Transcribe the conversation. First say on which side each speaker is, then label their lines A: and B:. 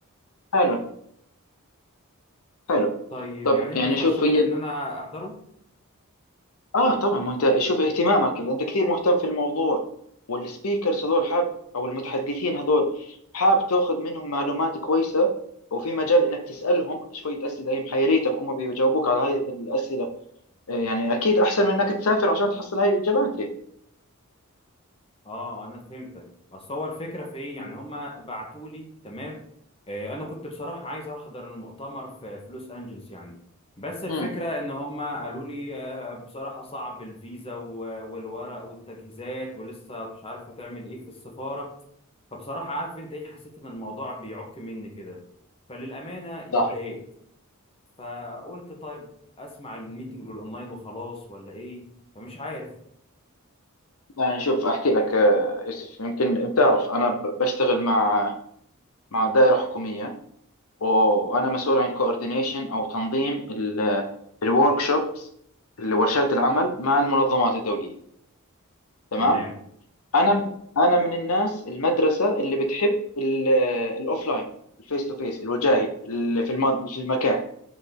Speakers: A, on the left; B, on the left.
A: حلو حلو
B: طيب
A: طب
B: يعني انت
A: يعني
B: ترشح
A: شوف هي
B: لي ان انا احضره
A: اه طبعا ما انت شوف اهتمامك اذا انت كثير مهتم في الموضوع والسبيكرز هذول حاب او المتحدثين هذول حاب تاخذ منهم معلومات كويسه وفي مجال انك تسالهم شويه اسئله هي محيريتك هم بيجاوبوك على هذه الاسئله آه، يعني اكيد احسن من انك تسافر عشان تحصل هاي الاجابات يعني
B: اه انا فهمتك اصل هو الفكره في ايه يعني
A: مم.
B: هما بعتوا لي تمام آه انا كنت بصراحه عايز احضر المؤتمر في في لوس انجلوس يعني بس الفكره
A: مم.
B: ان هما قالوا لي آه بصراحه صعب الفيزا و- والورق والتجهيزات ولسه مش عارف هتعمل ايه في السفاره فبصراحه عارف انت ايه حسيت ان الموضوع بيعك مني كده فللامانه
A: صح
B: اتضايقت فقلت طيب اسمع الميتنج الاونلاين وخلاص ولا ايه فمش عارف
A: يعني شوف احكي لك آه، يوسف يمكن بتعرف انا ب- بشتغل مع مع دائره حكوميه وانا مسؤول عن كوردينيشن او تنظيم الورك شوبس ورشات العمل مع المنظمات الدوليه تمام
B: تمام
A: انا انا من الناس المدرسه اللي بتحب الاوفلاين الفيس تو فيس الوجاهي اللي في الم- في المكان